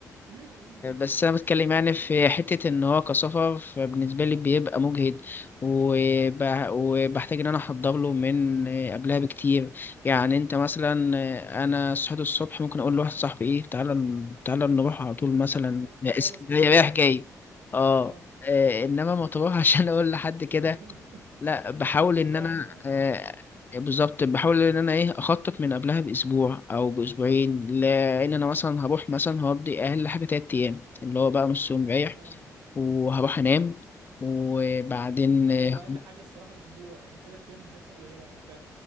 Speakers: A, on the right (about 85°); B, on the left (about 30°).
A: امم
B: بس انا بتكلم يعني في حته ان هو كسفر فبالنسبه لي بيبقى مجهد وب... وبحتاج ان انا احضر له من قبلها بكتير يعني انت مثلا انا صحيت الصبح ممكن اقول لواحد صاحبي ايه تعالى تعالى نروح على طول مثلا
A: اه
B: اسكندريه
A: يلا اسكندرية
B: رايح
A: دلوقتي
B: جاي اه
A: اه
B: آه، انما مطروح <laughs> عشان اقول لحد كده
A: <laughs>
B: لا بحاول
A: صعبة
B: ان انا
A: آه، صعبة
B: آه، بالظبط بحاول ان انا ايه اخطط من قبلها باسبوع او باسبوعين لان انا مثلا هروح مثلا هقضي اقل حاجه تلات ايام اللي هو بقى نص يوم رايح
A: اه
B: وهروح انام وبعدين اه
A: هو اقل حاجة الصراحة اسبوع يعني تلات ايام دي حتى قليلة انت